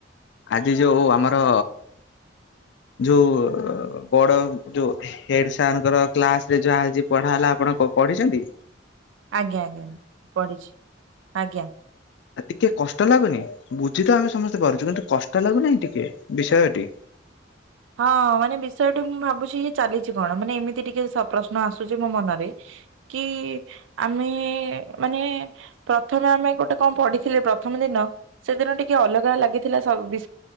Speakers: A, on the left; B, on the right.
A: ଆଜି ଯୋଉ ଆମର ଯୋଉ ବଡ ଯୋଉ ହେଡ ସାର ଙ୍କର କ୍ଲାସ ରେ ଯାହା ପଢା ହେଲା ଆପଣ ପଢିଛନ୍ତି?
B: ଆଜ୍ଞା ଆଜ୍ଞା ପଢିଛି ଆଜ୍ଞା।
A: ଟିକେ କଷ୍ଟ ଲାଗୁନି। ବୁଝି ତ ଆମେ ସମସ୍ତେ ପାରୁଛୁ। କିନ୍ତୁ କଷ୍ଟ ଲାଗୁନାହିଁ ଟିକେ ବିଷୟଟି? <inaudible>
B: ହଁ ମାନେ ବିଷୟଟି ମୁଁ ଭାବୁଛି କି ଚାଲିଛି କଣ? ମାନେ ଏମିତି ଟିକେ ପ୍ରଶ୍ନ ଆସୁଛି ମୋ ମନରେ କି ଆମେ ମାନେ ପ୍ରଥମେ ଆମେ ଗୋଟେ କଣ ପଢିଥିଲେ ପ୍ରଥମେ ମାନେ ସେଦିନ ଟିକେ ଅଲଗା ଲାଗିଥିଲା ସବୁ ବି